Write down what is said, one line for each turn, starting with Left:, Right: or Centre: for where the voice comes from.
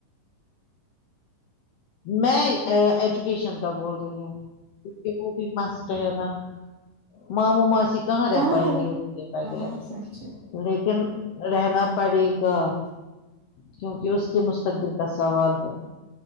Left: میں ایجوکیشن کا بول رہی ہوں کیونکہ وہ بھی مسٹ ہے نا ماموں ماسی کہاں رہ
Right: ہاں
Left: پائیں گی اس کے بغیر
Right: ہاں سچ ہے
Left: لیکن رہنا پڑے گا کیونکہ اس کے مستقبل کا سوال ہے